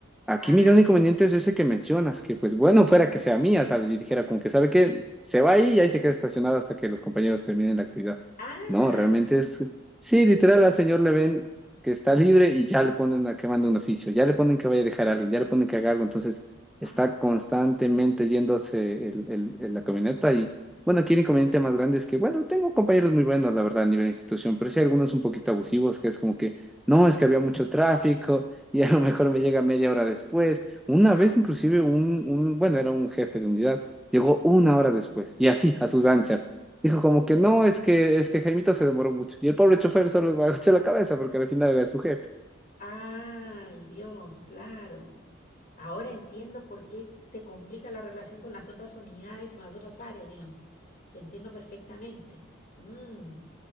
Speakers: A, in the centre; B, on the left.
A: Aquí
B: Ah,
A: mi gran inconveniente es ese que mencionas, que pues bueno, <laughs> fuera que sea mía, ¿sabes? Y dijera como que sabe que se va ahí y ahí se queda estacionado hasta que los compañeros terminen la actividad.
B: ah,
A: No, realmente es... Sí, literal, al señor le ven que está libre y ya le ponen a que mande un oficio, ya le ponen que vaya a dejar a alguien, ya le ponen que haga algo, entonces está
B: Ah,
A: constantemente yéndose el, el- el- la camioneta y bueno, aquí el inconveniente más grande es que, bueno, tengo compañeros muy buenos, la verdad, a nivel de institución, pero sí hay algunos un poquito abusivos, que es como que, no, es que había mucho tráfico y a lo mejor me llega media hora después. Una
B: ah,
A: vez inclusive un, un bueno, era un jefe de unidad, llegó una hora después y así, a sus anchas. Dijo como que no, es que, es que Jaimito se demoró mucho. Y el pobre chofer solo agachó la cabeza porque al final era su jefe.
B: ah, ay, Dios, claro. Ahora entiendo por qué te complica la relación con las otras unidades, con las otras áreas, digamos. Te entiendo perfectamente. Mm,